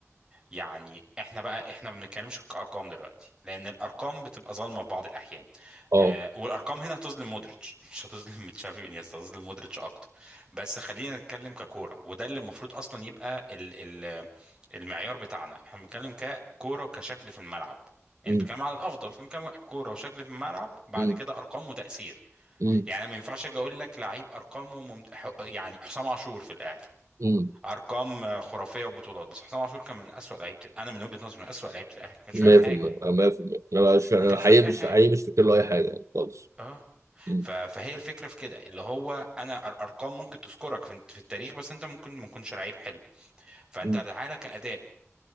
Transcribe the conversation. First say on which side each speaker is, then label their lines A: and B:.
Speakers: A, on the right; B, on the right.
A: يعني احنا بقى احنا ما بنتكلمش كارقام دلوقتي لان الارقام بتبقى ظالمه في بعض الاحيان
B: اه
A: آه والارقام هنا هتظلم مودريتش <laughs> مش هتظلم تشافي وانيستا هتظلم مودريتش اكتر بس خلينا نتكلم ككوره وده اللي المفروض اصلا يبقى ال ال المعيار بتاعنا احنا بنتكلم ككوره وكشكل في الملعب يعني
B: امم
A: انت بتتكلم على الافضل فبنتكلم كوره وشكل في الملعب بعد
B: امم
A: كده ارقام وتاثير
B: امم
A: يعني انا ما ينفعش اجي اقول لك لعيب ارقامه ممت... ح- يعني حسام عاشور في الاهلي
B: امم
A: ارقام خرافيه وبطولات بس حسام عاشور كان من اسوأ لعيبه انا من وجهه نظري من اسوأ لعيبه الاهلي ما كانش
B: 100%
A: بيعمل حاجه
B: أنا 100% انا
A: ما كانش
B: مش انا
A: ما كانش
B: حقيقي
A: بيعمل اي
B: مش
A: حاجه
B: حقيقي مش فاكر له اي حاجه يعني خالص
A: اه
B: امم
A: ف... فهي الفكره في كده اللي هو انا أر- ارقام ممكن تذكرك في... في التاريخ بس انت ممكن ما تكونش لعيب حلو فانت
B: امم
A: تعالى كاداء